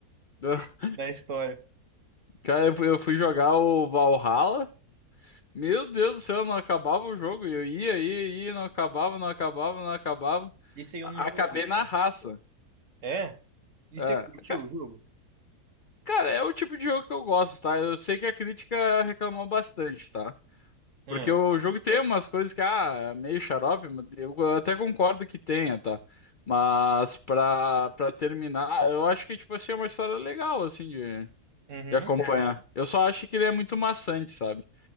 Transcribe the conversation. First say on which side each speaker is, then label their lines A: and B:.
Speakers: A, on the left (about 60°); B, on the right (about 55°).
A: Ah,
B: <laughs> na história.
A: Cara, eu fui, eu fui jogar o Valhalla. Meu Deus do céu, não acabava o jogo. Eu ia, ia, ia, não acabava, não acabava, não acabava.
B: Isso aí eu
A: A-
B: não joguei,
A: Acabei
B: cara.
A: na raça.
B: É? E
A: É,
B: você curtiu
A: ca-
B: o jogo?
A: cara, é o tipo de jogo que eu gosto, tá? Eu sei que a crítica reclamou bastante, tá?
B: Ah,
A: Porque o jogo tem umas coisas que, ah, é meio xarope, mas eu até concordo que tenha, tá? Mas pra, pra terminar, eu acho que, tipo assim, é uma história legal, assim, de,
B: uhum,
A: de acompanhar. Eu só acho que ele é muito maçante, sabe?